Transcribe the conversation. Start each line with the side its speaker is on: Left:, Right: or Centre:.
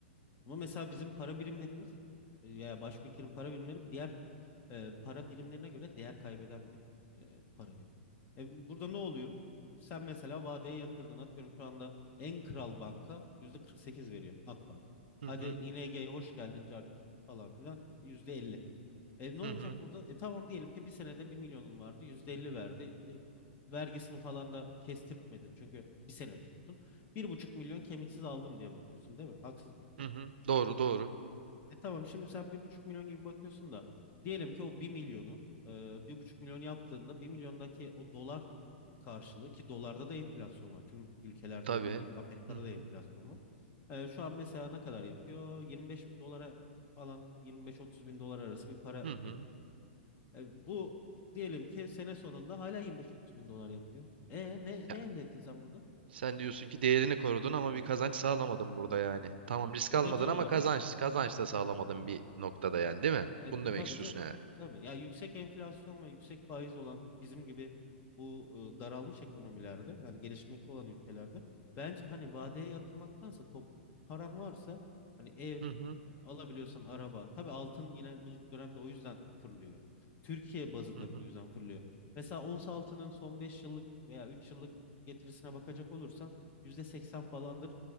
Left: Ama mesela bizim para birimlerimiz e, ya başka ülkenin para birimleri diğer e, para birimlerine göre değer kaybeden bir e, para birimi. E, burada ne oluyor? Sen mesela vadeye yatırdın. Atıyorum şu anda en kral banka yüzde 48 veriyor Akbank.
Right: Hı
Left: Hadi
Right: hı
Left: ING'ye hoş geldin cart falan filan yüzde 50. E ne olacak
Right: hı hı
Left: burada? E tamam diyelim ki bir senede bir milyonun vardı yüzde 50 verdi. E, vergisini falan da kestirtmedin çünkü bir sene tuttun. bir buçuk milyon kemiksiz aldım diye bakıyorsun değil mi? Haksız mı?
Right: hı hı. Doğru doğru.
Left: E tamam şimdi sen bir buçuk milyon gibi bakıyorsun da diyelim ki o bir milyonu e, bir buçuk milyon yaptığında bir milyondaki o dolar karşılığı ki dolarda da enflasyon var. Tüm ülkelerde
Right: Tabii.
Left: olduğu gibi Amerika'da
Right: Hı hı
Left: da enflasyon var. E, şu an mesela ne kadar yapıyor? 25 bin dolara falan 25-30 bin dolar arası bir para
Right: hı hı.
Left: yapıyor. E, bu diyelim ki sene sonunda hala 25-30 bin dolar yapıyor. E ne,
Right: Ya,
Left: ne elde ettin sen burada?
Right: sen diyorsun ki değerini korudun ama bir kazanç sağlamadın burada yani. Tamam risk
Left: Görece
Right: almadın
Left: olarak
Right: ama kazanç kazanç da sağlamadın bir noktada yani değil mi?
Left: E,
Right: Bunu demek
Left: tabii
Right: istiyorsun
Left: canım.
Right: yani.
Left: Tabii. Ya yüksek enflasyon ve yüksek faiz olan bizim gibi bu e, daralmış ekonomilerde yani gelişmekte olan ülkelerde bence hani vadeye yatırmaktansa toplu paran varsa hani ev
Right: Hı hı.
Left: e, alabiliyorsan araba. Tabii altın yine bu dönemde o yüzden fırlıyor. Türkiye bazında
Right: Hı hı.
Left: bu yüzden fırlıyor. Mesela ons altının son 5 yıllık veya 3 yıllık getirisine bakacak olursan %80 falandır